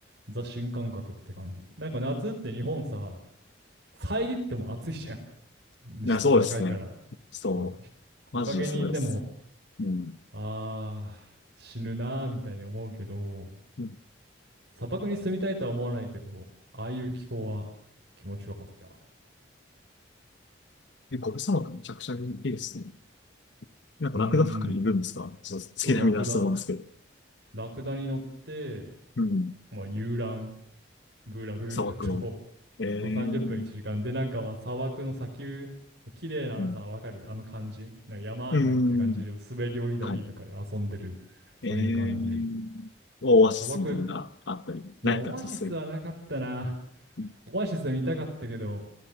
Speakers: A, on the right; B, on the left.
A: ザ新感覚って感じ。なんか夏って日本さ、遮っても暑いじゃん。
B: いや、
A: <laughs> 湿度高いから。
B: そうですね。そう。
A: そう。ひ木陰にいても、
B: マジでそうです。うん。
A: あー、死ぬなーみたいに思うけど、
B: うん
A: 砂漠に住みたいとは思わないけど、ああいう気候は気持ちよかった。
B: え、ゴビ砂漠めちゃくちゃいいですね。なんかラクダとかいるんですかそう、
A: うーん。
B: 月並みだと思うんですけど。
A: そう、ラクダ。ラクダに乗って、
B: うん。
A: まあ、遊覧。ブーラブーラと、
B: 砂漠の。えー。
A: そう30分1時間。
B: う
A: で、なんかまあ砂漠の砂丘、綺麗なあのさ、
B: ん。
A: わかるあの感じ。なんか山になってる感じを滑り降りたりとかで遊んでる。
B: うんはい。
A: そういう感じ。
B: ええーオアシスみたいなのがあったり、
A: 砂漠っいや、
B: 何かさせる。
A: オアシスはなかったな。
B: うん
A: オアシス見たかったけど、